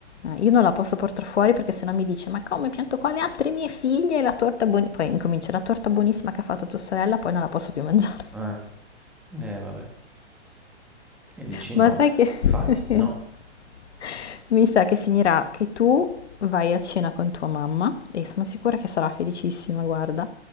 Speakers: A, on the left (about 70°); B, in the centre.
A: Eh, Io non la posso portare fuori perché sennò mi dice: Ma come pianto qua le altre mie figlie e la torta buonissima? Poi incomincia la torta buonissima che ha fatto tua sorella, poi non la posso più mangiare.
B: Eh, eh, vabbè. E dici
A: Ma
B: no,
A: sai che
B: infatti no.
A: <laughs> mi sa che finirà che tu vai a cena con tua mamma e sono sicura che sarà felicissima, guarda,